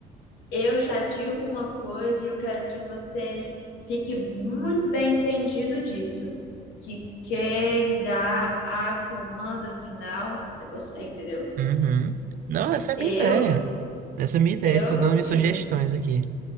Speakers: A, on the left; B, on the right.
A: Eu já digo uma coisa e eu quero que você fique muito bem entendido disso, que quem dá a comanda final é você, entendeu?
B: Uhum. Não, essa é a
A: Eu,
B: minha ideia. Essa é a minha ideia.
A: eu,
B: Estou
A: meu
B: dando minhas
A: filho,
B: sugestões aqui.